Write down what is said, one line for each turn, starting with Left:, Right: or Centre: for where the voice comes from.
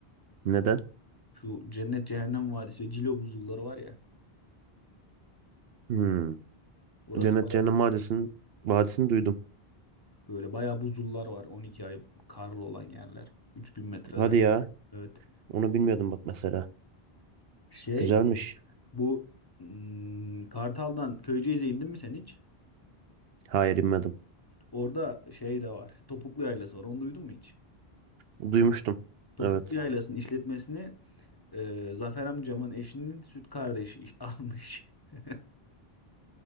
Right: Neden?
Left: Şu Cennet Cehennem Vadisi ve Cilo Buzulları var ya.
Right: Hmm.
Left: Orası
Right: Cennet Cehennem Vadisi'nin Vadisi'ni duydum.
Left: Böyle bayağı buzullar var. 12 ay karlı olan yerler. üç bin metreler.
Right: Hadi ya.
Left: Evet.
Right: Onu bilmiyordum bak mesela.
Left: Şey
Right: Güzelmiş.
Left: bu hmm, Kartal'dan Köyceğiz'e indin mi sen hiç?
Right: Hayır bilmedim.
Left: Orada şey de var. Topuklu Yaylası var. Onu duydun mu hiç?
Right: Duymuştum.
Left: Topuklu
Right: Evet.
Left: Yaylası'nın işletmesini e, Zafer amcamın eşinin süt kardeşi iş- <laughs> almış. <laughs>